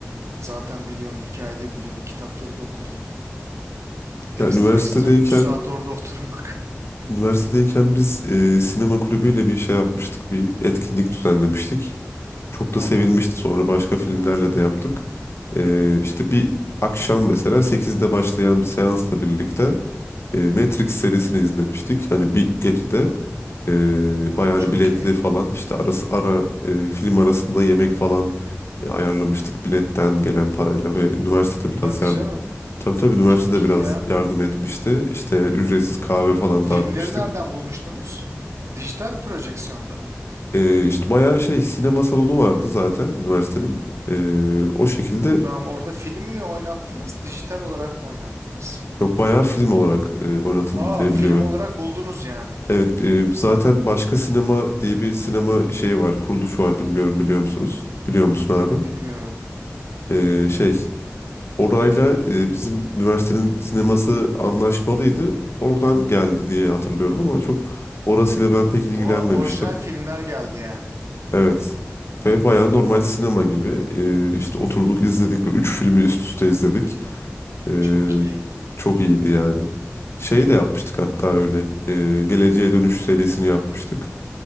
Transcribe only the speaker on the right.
Zaten biliyorum, hikayede biliyorum, kitapları da okudum. Ekstra
ekstra 3 saat orada <laughs> oturmak.
Tamam.
Hı hı.
O
çok
iyi.
Hadi
canım.
Çok iyi
ya.
Filmleri
nereden bulmuştunuz? Ha, Dijital projeksiyonda mı?
Tamam, orada film mi oynattınız, dijital olarak mı oynattınız?
Aa,
film
olarak buldunuz yani.
Yok,
bilmiyorum.
Oha, orijinal filmler geldi yani.
Vay
anas-
Çok iyi.